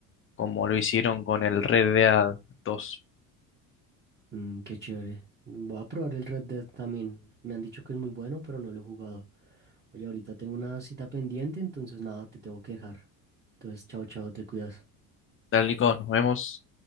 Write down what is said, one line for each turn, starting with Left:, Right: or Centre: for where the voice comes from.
Left: como lo hicieron con el Red Dead dos
Right: Mm, qué chévere. Voy a probar el Red Dead también. Me han dicho que es muy bueno, pero no lo he jugado. Oye, ahorita tengo una cita pendiente, entonces nada, te tengo que dejar. Entonces, chao, chao, te cuidas.
Left: Tal, Nico, nos vemos.